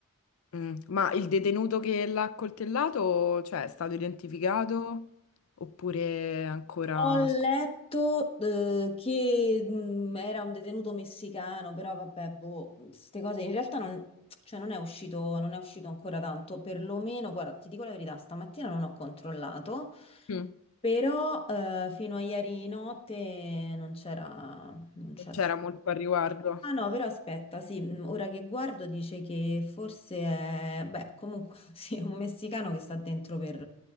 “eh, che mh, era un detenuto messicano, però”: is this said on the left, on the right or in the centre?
Left